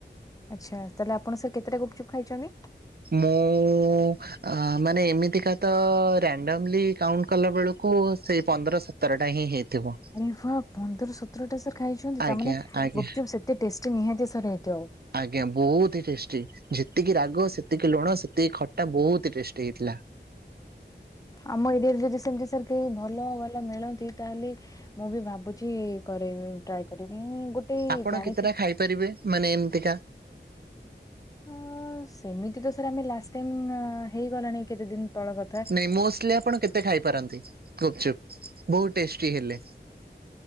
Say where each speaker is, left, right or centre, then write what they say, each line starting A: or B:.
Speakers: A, on the left (about 20°); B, on the right (about 60°).
A: ଆଚ୍ଛା ତାଏଲେ ଆପଣ ସାର୍ କେତେଟା ଗୁପ୍ ଚୁପ ଖାଇଚନ୍ତି?
B: ମୁଁ ଆ ମାନେ ଏମିତିକା ତ ରାଣ୍ଡମ୍ଲି କାଉଣ୍ଟ୍ କଲା ବେଳକୁ ସେଇ ପନ୍ଦର ସତ ସତର ଟା ହିଁ ହେଇଥିବ।
A: ଆରେ ହଁ ପନ୍ଦର, ସତରଟା ସାର୍ ଖାଇଚନ୍ତି
B: ଆଜ୍ଞା
A: ତାମାନେ
B: ଆଜ୍ଞା
A: ଗୁପ୍ ଚୁପ୍ ସେତେ ଟେଷ୍ଟି ନିହାତି ସାର୍ ହେଇଥିବ।
B: ଆଜ୍ଞା ବହୁତ୍ ଟେଷ୍ଟି ଯେତିକି ରାଗ ସେତିକି ଲୁଣ ସେତିକି ଖଟା ବହୁତ୍ ଟେଷ୍ଟି ହେଇଥିଲା।
A: ଆମ ଏରିଆରେ ଯଦି ସେମିତି ସାର୍ କେହି ଭଲ ଭଲ ମିଳନ୍ତି ତାହେଲେ ମୁଁ ବି ଭାବୁଛି କରେଇବି ଟ୍ରାଏ କରିବି ମୁଁ ଗୋଟେ
B: ଆପଣ
A: ଜାଣିଥିଲି
B: କେତେଟା ଖାଇପାରିବେ ମାନେ ଏମିତିକା?
A: ଅ ସେମିତି ତ ସାର୍ ଆମେ ଲାଷ୍ଟ୍ ଟାଇମ୍ ଅ ହେଇଗଲାଣି କେତେ ଦିନି ତଳ କ
B: ନାଇଁ ମୋଷ୍ଟଲି ଆପଣ କେତେ ଖାଇପାରନ୍ତି ଗୁପ୍ ଚୁପ୍ ବହୁତ୍ ଟେଷ୍ଟି ହେଲେ।